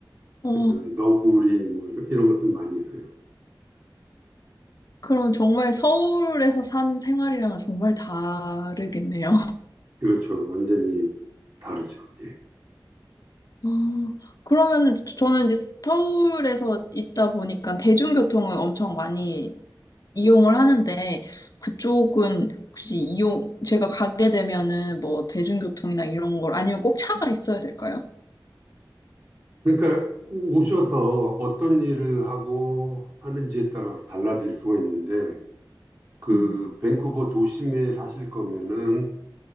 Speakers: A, on the left; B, on the right.
A: 와,
B: 그다음에 너구리 뭐 이런, 이런 것들 많이 있어요.
A: 그럼 정말 서울에서 사는 생활이랑은 정말 다르겠네요.
B: 그렇죠. 완전히 다르죠. 예.
A: 아, 그러면은 저는 이제 서울에서 있다 보니까 대중교통을 엄청 많이 이용을 하는데 그쪽은 혹시 이용 제가 가게 되면은 뭐 대중교통이나 이런 걸 아니면 꼭 차가 있어야 될까요?
B: 그러니까 오셔서 어떤 일을 하고 하는지에 따라서 달라질 수가 있는데 그
A: 음,
B: 밴쿠버 도심에 사실 거면은